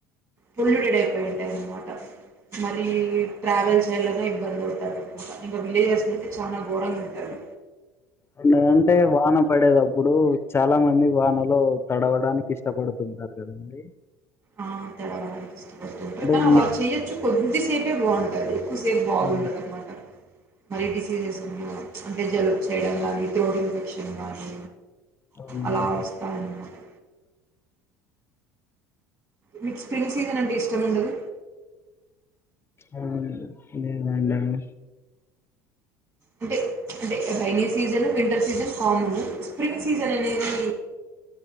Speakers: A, on the right; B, on the left.
A: పొల్యూటెడ్ అయిపో ఉంటాయి అనమాట మరి ట్రావెల్ చేయాలనే ఇబ్బంది అవుతందినమాట ఇంకా విలేజెస్ అతే చాలా గోరంగా ఉంటది
B: అండ్ అంటే వాన పడేటప్పుడు చాలా మంది వానలో తడవడానికి ఇష్టపడుతుంటారు కదండి
A: ఆ తడవడానికి ఇష్టపడుతుంటారు
B: అంటే
A: కానీ అలా
B: మీ
A: చెయొచ్చు కొద్దిసేపే బాగుంటది ఎక్కువసేపు బాగుండదున్నమాట
B: ఆ,
A: మరి డిసీజెస్ ఉన్నా అంటే జలుబు చేయడం కానీ త్రోట్ ఇన్ఫెక్షన్ కానీ
B: అవునండి
A: అలా వస్తా ఉన్నారు మీకు స్ప్రింగ్ సీజన్ అంటే ఇష్టం ఉండదు
B: ఆవునండి నేను అం
A: అంటే అంటే rainy season winter season హార్మను spring season అనేది